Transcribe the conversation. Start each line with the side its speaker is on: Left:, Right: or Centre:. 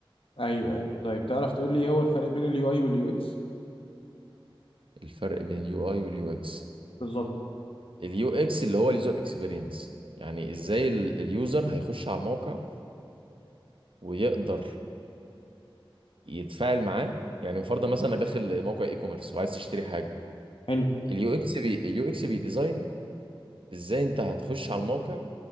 Left: ايوه ايوه طيب تعرف تقول لي هو الفرق بين اليو اي واليو اكس
Right: الفرق بين اليو اي واليو اكس
Left: بالظبط
Right: اليو اكس اللي هو اليوزر اكسبيرينس يعني ازاي ال- اليوزر هيخش على الموقع ويقدر يتفاعل معاه يعني مفروض مثلا انك داخل موقع اي كوميرس وعايز تشتري حاجه
Left: حلو
Right: اليو اكس بي اليو اكس بي ديزاين ازاي انت هتخش على الموقع